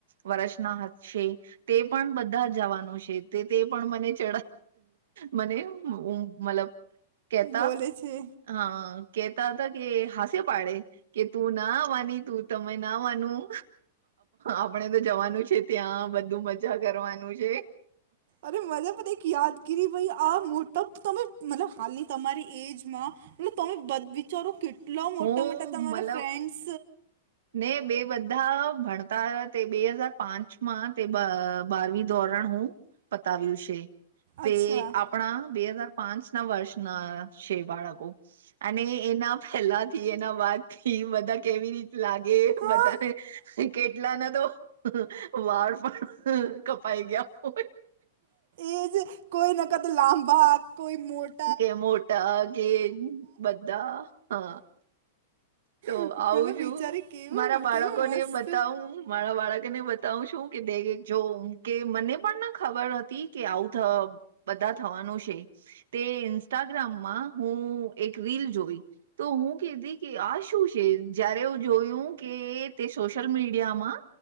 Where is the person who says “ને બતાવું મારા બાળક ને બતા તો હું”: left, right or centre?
Right